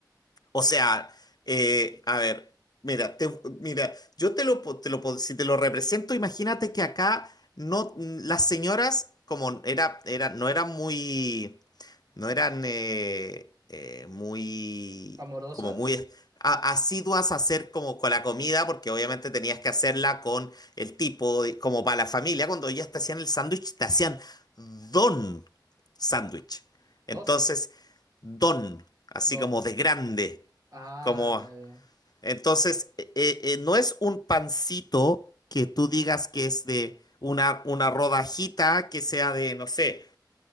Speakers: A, on the left (about 60°); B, on the right (about 50°).
A: O sea, eh, a ver, mira, te- mira, yo te lo, po- te lo, po- si te lo represento, imagínate que acá no, las señoras, como era, era, no eran muy, no eran eh, eh, muy,
B: Amorosas,
A: como muy a- asiduas a hacer como con la comida, porque obviamente tenías que hacerla con el tipo, de- como para la familia, cuando ellas te hacían el sándwich, te hacían don sándwich. Entonces,
B: dos,
A: Don, así
B: don.
A: como de grande.
B: Ah,
A: Como,
B: <laughs> ya, ya.
A: entonces, eh, eh, eh, no es un pancito que tú digas que es de una, una rodajita que sea de, no sé,